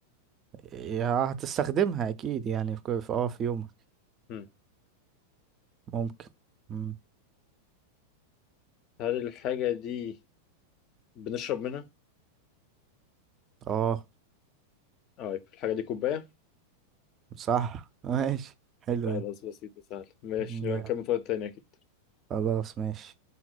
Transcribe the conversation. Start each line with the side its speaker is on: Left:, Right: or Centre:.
Right: يا هتستخدمها اكيد يعني في كل- في- اه في يومك
Left: مم.
Right: ممكن مم.
Left: هل الحاجة دي بنشرب منها؟
Right: اه
Left: طيب الحاجة دي كوباية؟
Right: صح <laughs> ماشي حلو
Left: خلاص
Right: ده.
Left: بسيطة سهلة ماشي
Right: يا،
Left: نبقى نكمل في وقت تاني أكيد
Right: خلاص ماشي